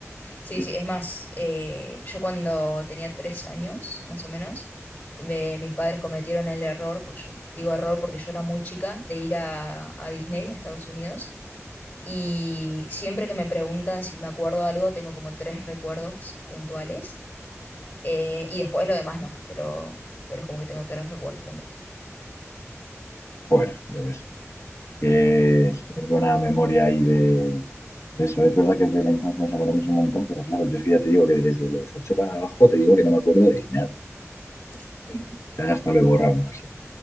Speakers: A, on the left (about 50°); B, on the left (about 65°).
A: Sí,
B: Sí,
A: sí,
B: sí.
A: es más, eh, yo cuando tenía tres años, más o menos, me- mis padres cometieron el error, porque yo digo error porque yo era muy chica, de ir a, a Disney, a Estados Unidos, y siempre que me preguntan si me acuerdo de algo, tengo como tres recuerdos puntuales, eh, y después lo demás no, pero, pero es como que tengo tres recuerdos puntuales.
B: Joder, ya ves. Que si tienes buena memoria ahí de, de eso. Es verdad que de la infancia nos acordamos un montón, pero claro, yo es que ya te digo que desde los ocho para abajo te digo que no me acuerdo de nada.
A: <laughs>
B: Ya hasta lo he borrado, no lo sé.